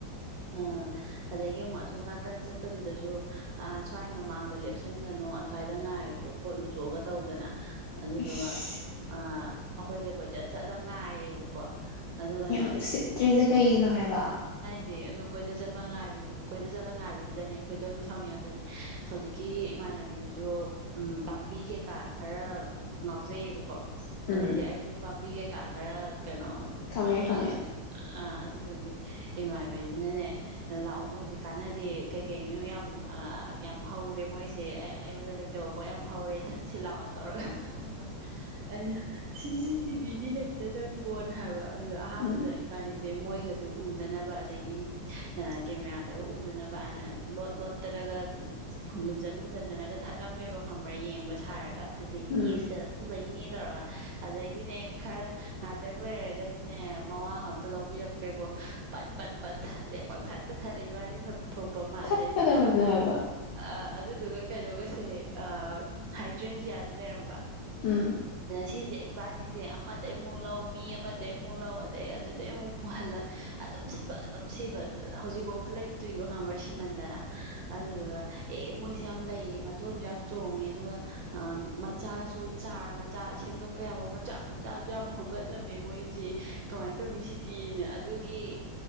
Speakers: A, on the right; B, on the left.
A: ꯑꯥ- ꯑꯗꯒꯤ ꯑꯃꯨꯛ ꯑꯁꯣꯝ ꯅꯥꯀꯟ ꯆꯠꯄꯗꯨꯗꯁꯨ ꯑꯥ ꯁ꯭ꯋꯥꯏ ꯃꯃꯥꯡꯗ ꯂꯦꯞꯁꯟꯒꯅꯣ ꯑꯁ꯭ꯋꯥꯏꯗ ꯉꯥꯏꯔꯨꯆꯣ ꯈꯣꯠꯂꯨꯆꯣꯒ ꯇꯧꯗꯅ ꯑꯗꯨꯗꯨꯒ
B: ꯏꯁ
A: ꯑꯥ ꯑꯈꯣꯏꯁꯦ ꯀꯣꯏꯆꯠ ꯆꯠꯂ ꯉꯥꯏꯔꯦꯕꯀꯣ ꯑꯗꯨꯒꯅꯦ
B: ꯌꯥꯝ ꯎꯁꯤꯠꯇ꯭ꯔꯤꯖꯦ ꯀꯩꯒꯤꯅꯣ ꯍꯥꯏꯕ
A: ꯖꯦ ꯑꯗꯣ ꯀꯣꯏꯆꯠ ꯆꯠꯄ ꯉꯥꯏꯕꯖꯤ ꯀꯣꯏꯆꯠ ꯆꯠꯂ ꯉꯥꯏꯕꯖꯤꯗꯅꯦ ꯑꯩꯈꯣꯏ ꯍꯧꯖꯤ ꯁꯥꯎꯅꯤꯉꯛꯇꯅꯦ ꯍꯧꯖꯤꯛ ꯀꯤ ꯏꯃꯥꯟꯅꯕꯤꯖꯤꯖꯨ ꯄꯥꯝꯕꯤ ꯀꯩꯀꯥ ꯈꯔ ꯉꯥꯎꯖꯩꯌꯦꯕ ꯀꯣ ꯑꯗꯩꯗꯤ
B: ꯎꯝ
A: ꯑꯩꯖꯨ ꯄꯥꯝꯕꯤ ꯀꯩꯀꯥ ꯈꯔ ꯀꯩꯅꯣ
B: ꯈꯪꯉꯦ ꯈꯪꯉꯦ
A: ꯑꯥ ꯑ-ꯑꯗꯨꯗꯨꯒꯤ ꯏꯃꯥ ꯏꯃꯥꯅꯕꯤꯖꯤꯅꯅꯦ ꯂꯥꯛꯑꯣ ꯃꯣꯏꯖꯦ ꯀꯥꯟꯅꯗꯦ ꯀꯩ- ꯀꯩꯅꯣ ꯌꯥꯝ-ꯌꯥꯝ ꯑꯥ ꯍꯧꯔꯦ ꯃꯣꯏꯁꯦ ꯑꯩꯉꯣꯟꯗ ꯂꯩ ꯇꯣ ꯄꯣꯠ ꯌꯥꯝ ꯍꯧꯔꯦ ꯊꯠꯁꯤ ꯂꯥꯎꯑꯣ ꯇꯧꯔꯒ ꯅꯕ꯭ꯔꯥ ꯑꯩꯅ ꯁꯤꯖꯤ ꯇꯤꯕꯤꯚꯤ ꯂꯩꯇꯗꯪ ꯕꯣꯠ ꯍꯥꯏꯕ ꯑꯗꯨꯗ ꯑꯍꯥꯟꯕꯗ
B: ꯎꯝ
A: ꯏꯕꯥꯅꯤ ꯃꯣꯏꯒꯁꯨ ꯎꯗꯅꯕ ꯑꯒꯤ ꯀꯦꯃꯦꯔꯥꯗꯒ ꯎ ꯎꯗꯅꯕꯅ ꯂꯣꯠ-ꯂꯣꯠꯇꯅꯒ ꯐꯨ ꯂꯨꯝꯖꯟꯂꯨ ꯂꯨꯝꯖꯟꯗꯅꯒ ꯊꯠꯂꯝꯃꯦꯕ ꯈꯪꯕ꯭ꯔꯥ ꯌꯦꯡꯕ ꯁꯥꯔꯒ ꯐꯖꯩꯅꯦ
B: ꯎꯝ
A: ꯐꯖꯩꯅꯦ ꯇꯧꯔꯒ ꯑꯗꯩꯗꯤꯅꯦ ꯈꯔ ꯉꯥꯇꯡ ꯂꯩꯔꯒꯗꯤꯅꯦ ꯃꯋꯥꯒ ꯑꯝꯇ ꯂꯧꯕꯤꯔꯛꯇ꯭ꯔꯦꯀꯣ ꯄꯠ ꯄꯠ ꯄꯠ ꯊꯠꯂꯦ ꯄꯪꯊꯠꯇ ꯊꯠꯂꯦ ꯏꯕꯅꯤ ꯊꯣꯛ ꯊꯣꯛꯄ ꯑꯃ
B: ꯊꯠꯀꯗꯕꯅꯦ
A: ꯑꯗꯩꯗꯤ
B: ꯍꯥꯏꯕ
A: ꯑꯥ ꯑꯗꯨꯗꯨꯒ ꯀꯩꯅꯣꯒꯁꯦ ꯑꯥ ꯍꯥꯏꯗ꯭ꯔꯦꯟꯖꯤꯌꯥꯁꯦ ꯂꯩꯔꯝꯕ
B: ꯎꯝ
A: ꯁꯤꯖꯦ ꯏꯕꯥꯅꯤꯁꯦ ꯑꯃꯗꯩ ꯑꯃꯨꯛ ꯂꯧ ꯃꯤ ꯑꯃꯗꯩ ꯑꯃꯨꯛ ꯂꯧ ꯑꯗꯩ ꯑꯗꯨꯗꯩ ꯑꯃꯨꯛ ꯄꯨꯍꯜꯂꯛ ꯑꯗꯨꯝ ꯁꯤꯕ ꯑꯗꯨꯝ ꯁꯤꯕ ꯍꯧꯖꯤꯛ ꯐꯥꯎꯕ ꯂꯩꯇ꯭ꯔꯤꯕ ꯈꯪꯕ꯭ꯔ <unintelligible> ꯃꯟꯗꯅ ꯑꯗꯨꯗꯨꯒ ꯑꯦ ꯃꯣꯏ ꯌꯥꯝ ꯂꯩꯔꯦ ꯃꯇꯣꯟꯁꯨ ꯌꯥꯝ ꯆꯣꯡꯉꯦ ꯑꯗꯨꯒ ꯑ ꯃꯆꯥꯁꯨ ꯆꯥꯔ <unintelligible> ꯃꯆꯥ ꯁꯦꯝꯗꯣꯛꯄ ꯌꯥꯕ ꯃꯆꯥ ꯃꯆꯥꯁꯨ ꯌꯥꯝ ꯍꯧꯒꯠꯂꯝꯃꯦ ꯃꯣꯏꯁꯦ ꯀꯃꯥꯏꯅ ꯇꯧꯅꯤꯁꯤꯗꯤ ꯑꯗꯨꯒꯤ